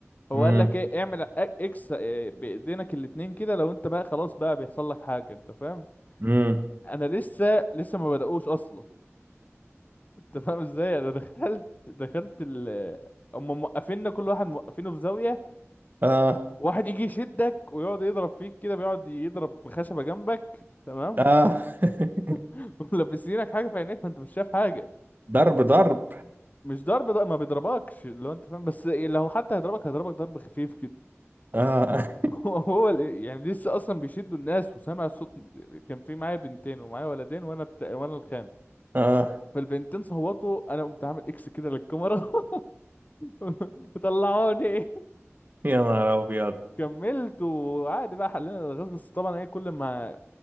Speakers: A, on the left; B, on the right.
A: هو
B: امم
A: قال لك ايه اعمل أ- اكس آه، بإيدينك الاتنين كده لو انت بقى خلاص بقى بيحصل لك حاجة انت فاهم
B: امم
A: انا لسه لسه ما بدأوش أصلا <laughs> انت فاهم ازاي انا دخلت دخلت ال هم موقفيننا كل واحد موقفينه في زاوية
B: اه
A: واحد يجي يشدك ويقعد يضرب فيك كده بيقعد يضرب بخشبة جامبك تمام
B: اه <laughs>
A: <laughs> ملبسينك حاجة في عينيك فانت مش شايف حاجة
B: ضرب ضرب
A: مش ضرب ده ما بيضربكش لو انت فاهم بس إيه، لو حتى هيضربك هيضربك ضرب خفيف كده
B: اه
A: <laughs> هو ال- يعني لسه اصلا بيشدوا الناس وسامع صوت كان في معايا بنتين ومعايا ولدين وانا الت... وانا الخام
B: اه
A: فالبنتين صوتوا انا قمت عامل اكس كده للكاميرا <laughs> طلعوني
B: يا نهار ابيض
A: كملت وعادي بقى حلينا الغاز بس طبعا ايه كل ما